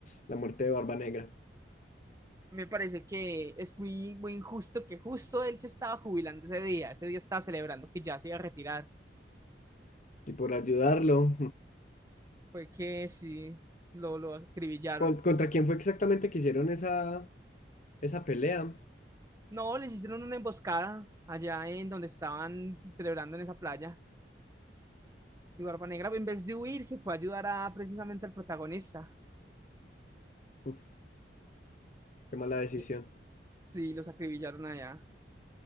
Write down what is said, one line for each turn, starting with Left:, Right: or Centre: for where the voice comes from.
Left: la muerte de Barba Negra.
Right: Me parece que es muy, muy injusto que justo él se estaba jubilando ese día, ese día estaba celebrando que ya se iba a retirar.
Left: Y por ayudarlo,
Right: Fue que sí, lo, lo acribillaron.
Left: <laughs> ¿con- ¿contra quién fue exactamente que hicieron esa, esa pelea?
Right: No, les hicieron una emboscada allá en donde estaban celebrando en esa playa. Y Barba Negra, en vez de huir, se fue a ayudar a precisamente al protagonista.
Left: Mm, Qué mala decisión.
Right: Y- Sí, los acribillaron allá.